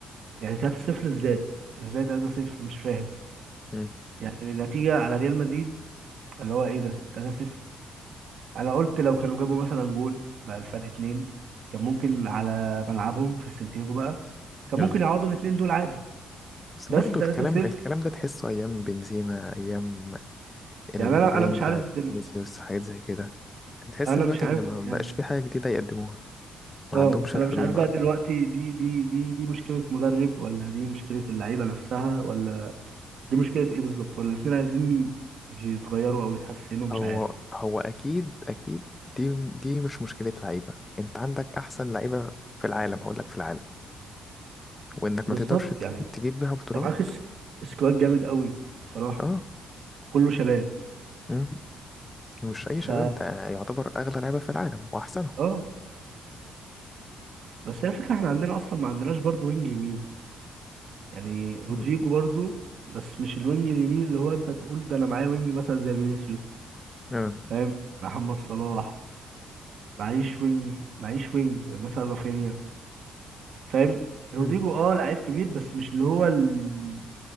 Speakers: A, on the right (about 65°); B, on the left (about 20°).
A: يعني 3 0 إزاي إزاي 3 0 مش فاهم
B: مم.
A: يعني نتيجة على ريال مدريد اللي هو ايه ده 3-0 انا قلت لو كانوا جابوا مثلا جول بقى الفرق اتنين كان ممكن على ملعبهم في السنتيجو بقى كان
B: آه.
A: ممكن يعوضوا الاتنين دول عادي
B: بس
A: بس
B: برضه
A: 3-0
B: الكلام الكلام ده تحسه أيام بنزيما أيام البرايم
A: يعني انا انا مش
B: بتاعت
A: عارف دل...
B: فينيسيوس حاجات زي كده تحس
A: انا
B: دلوقتي
A: مش عارف
B: إن ما
A: يعني
B: بقاش في حاجة جديدة يقدموها ما
A: اه
B: عندهمش الحلول
A: انا مش عارف
B: ما
A: بقى دلوقتي دي دي دي دي مشكلة مدرب ولا دي مشكلة اللعيبة نفسها ولا دي مشكلة ايه بالظبط ولا الاتنين عايزين يتغيروا او يتحسنوا مش
B: هو
A: عارف
B: هو أكيد أكيد دي دي مش مشكلة لعيبة أنت عندك أحسن لعيبة في العالم هقول لك في العالم وإنك
A: بالظبط
B: ما تقدرش ت-
A: يعني
B: تجيب بيها بطولات
A: طب معاك سكواد جامد قوي بصراحة
B: أه
A: كله شباب
B: مم. مش أي
A: ف
B: شباب ده يعتبر أغلى لعيبة في العالم وأحسنهم
A: اه بس هي الفكرة احنا عندنا اصلا ما عندناش برضو وينج يمين يعني رودريجو
B: مم.
A: برضو بس مش الوينج اليمين اللي هو انت تقول ده انا معايا وينج مثلا زي فينيسيوس
B: مم.
A: فاهم محمد صلاح معيش وينج معيش وينج مثلا رافينيا فاهم رودريجو
B: مم.
A: اه لعيب كبير بس مش اللي هو ال...